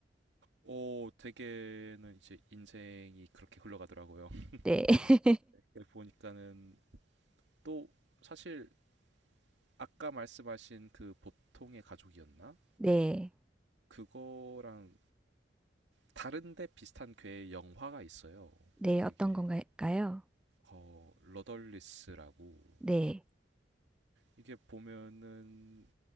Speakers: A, on the right; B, in the centre.
A: 오, 되게는 이제 인생이 그렇게 흘러가더라고요. <laughs>
B: 네. <laughs>
A: 네, 보니까는 또 사실 아까 말씀하신 그 보통의 가족이었나?
B: 네.
A: 그거랑 다른데 비슷한 괴의 영화가 있어요.
B: 네,
A: 그게
B: 어떤 건가요?
A: 어, 러덜리스라고
B: 네.
A: 이게 보면은